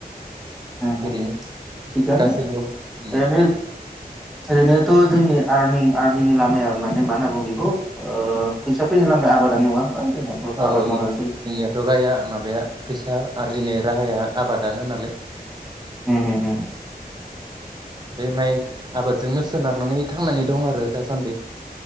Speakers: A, in the centre; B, on the right.
A: हम हम
B: ओरैनो
A: हम थिखानो
B: गासैनियावबो
A: ओरैनो
B: उम
A: ओरैनोथ' जोंनि आरनिंनिं मे माना बुं खौ अ फैसा फैनो आबादारि नङा होमबा जोंनाथ'
B: औ
A: आबाद मावनानै
B: जोंनियाथ' गाया माबाया फैसा आरजिनोे राहाया आबादानो नालाय
A: सोलिदों
B: बे माइ आबादजोंनो सोनारनानै थांनानै दं आरो दासान्दि